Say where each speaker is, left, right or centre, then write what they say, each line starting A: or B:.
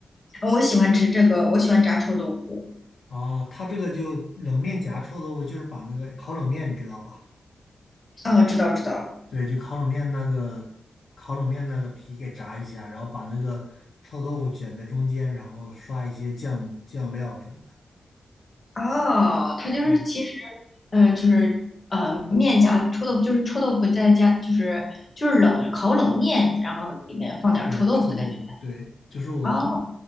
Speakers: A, on the left (about 40°); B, on the left (about 75°).
A: 哦我喜欢吃这个，我喜欢炸臭豆腐。
B: 哦，它这个就冷面夹臭豆腐，就是把那个烤冷面，你知道吧？
A: 嗯，知道知道。
B: 对，就烤冷面那个烤冷面那个皮给炸一下，然后把那个臭豆腐卷在中间，然后刷一些酱酱料什么的。
A: 哦，它就是其实，
B: 对，
A: 嗯，就是呃，面夹臭豆腐，就是臭豆腐再加，就是就是冷烤冷面，然后里面放点儿臭豆腐的感觉。
B: 卷臭豆腐，对，就是我
A: 哦，